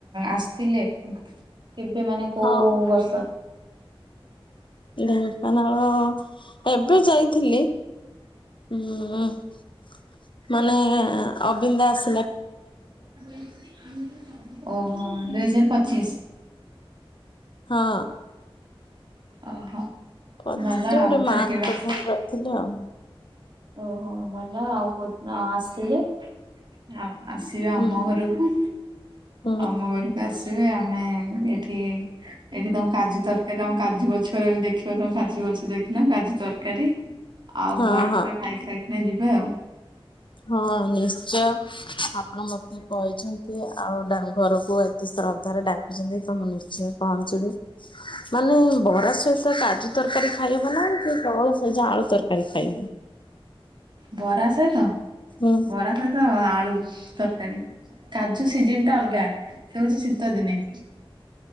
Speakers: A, on the right; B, on the left.
A: ଆସିଥିଲେ କେବେ ମାନେ କୋଉ
B: ହଁ
A: ବର୍ଷ?
B: ଢେଙ୍କାନାଳ ଏବେ ଯାଇଥିଲି। <unintelligible> ମାନେ ଅବିମ୍ ଦାସ
A: <inaudible> ଓହୋ! ଦୁଇହଜାର ପଚିଶ?
B: ହଁ।
A: ଓହୋ,
B: ପଚିଶ
A: ଭଲ
B: ରେ
A: ଆଉ
B: ଗୋଟେ
A: ଥରେ
B: ମାଆଙ୍କ
A: କେବେ ଆସ
B: ଘରେ ରହିଥିଲେ ଆଉ।
A: ଓହୋ, ଭଲ ଆଉ କୋଉଦିନ ଆସିଲେ ଆ, ଆସିବେ
B: ହୁଁ
A: ଆମ ଘରକୁ,
B: ହୁଁ
A: ଆମ ଘରୁ ଆସିବେ ଆମେ ଏଠି ଏଠି ତୋମ କାଜୁ ତର କେ ତୋମ କାଜୁ ଗଛରେ ବି ଦେଖିବ ତୋମେ କାଜୁ ଗଛ ଦେଖିନ। କାଜୁ ତରକାରୀ ଆଉ
B: ହଁ
A: ବରା
B: ହଁ
A: ଫରା ଖାଇ ଖାଇକିନା ଯିବେ ଆଉ।
B: ହଁ ନିଶ୍ଚୟ ଆପଣ ମୋତେ କହିଛନ୍ତି ଆଉ ଡାଙ୍ଗ ଘରକୁ ଏତେ ଶ୍ରଦ୍ଧାରେ ଡାକିଚନ୍ତି। ତ ମୁଁ ନିଶ୍ଚୟ ପହଞ୍ଚିବି। ମାନେ ବରା ସହିତ କାଜୁ ତରକାରୀ ଖାଇହବ ନା କି କେବଳ ସେଇ ଯୋ ଆଳୁ ତରକାରୀ ଖାଇହବ?
A: ବରା ସହିତ,
B: ହୁଁ
A: ବରା ସଇ ତ ଆଳୁ ତରକାରୀ, କାଜୁ ସିଜନ୍ ଟା ଅଲଗା ସେ ହଉଚି ଶୀତ ଦିନେ।